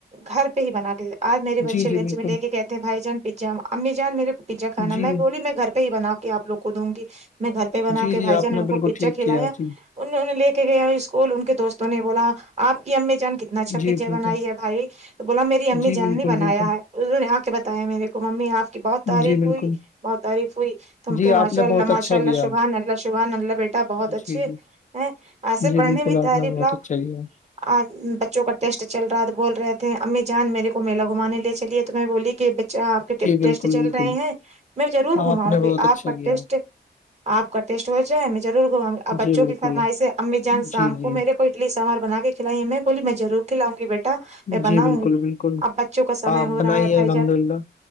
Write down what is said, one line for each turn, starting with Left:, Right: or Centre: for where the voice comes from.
Right: گھر پہ ہی بنا لیتا آج میرے بچے
Left: جی جی
Right: لنچ
Left: بالکل
Right: میں لے کہتےے بائی جان پیز امی جان میرے کو پزا کانا
Left: جی
Right: میں بولی میں گھرہ ہی بناؤوں آ لوگ کو دوں گی میں گھر پہ بنا
Left: جی
Right: کے
Left: جی
Right: بھائی
Left: آپ
Right: جان نے ان
Left: بالکل
Right: کو پچر
Left: ٹھیک
Right: کھلایا
Left: کیا جی
Right: انہوں نے لے کے گیا اسکول ان کے دوستوں نے بولا آپ کی امی جان کے اتنا اچھا
Left: جی
Right: پیزا
Left: بالکل
Right: بنائی ہے بھائی تو بولا میری امی
Left: جی
Right: جان
Left: بالکل
Right: نے بنایا
Left: بالکل
Right: ہے اسہ نے آ کے بتایا میرے کو ممی آپ بہت تعریف
Left: جی
Right: ہوئی
Left: بالکل
Right: بہت تعریف ہوئی تم
Left: جی
Right: کہ ماشاء
Left: آپ نے
Right: اللہ
Left: بہت اچھا
Right: ماشاء اللہ
Left: کیا
Right: شبان اللہ شبحان اللہ بیٹا بہت اچھے
Left: جی جی
Right: ہیں ایسے
Left: جی
Right: پڑھنے
Left: بالکل
Right: میں تعریف
Left: آپ نے بہت
Right: لاؤ
Left: اچھا کیا
Right: آ بچوں کا ٹیسٹ چل رہا تھا بول رہے تھے امی جان میرے کو میلا گھمانے لے چلیے تو میں بولی کہ آپ کے
Left: جی
Right: ٹیسٹ
Left: بالکل
Right: چل
Left: بالکل
Right: رہے ہیں میں ضرور
Left: ہاں آپ
Right: گھاؤں
Left: نے بہت
Right: گی
Left: اچھا
Right: آپ کا
Left: کیا
Right: ٹیسٹ آپ کا ٹیسٹ ہو جائے ضرور بچوں
Left: جی بالکل
Right: کی فرمائش سے امی جان شام
Left: جی جی
Right: کو میرے کو اڈلی ساموار بنا کے کھلائیے میں بولی میں ضرور کھلاؤں گی بیٹا میں بناؤں
Left: جی بالکل
Right: گی
Left: بالکل
Right: اب بچوں کا سمے
Left: آپ
Right: ہو
Left: بنائیے
Right: رہا ہے بھائی
Left: الحمد
Right: جان
Left: للہ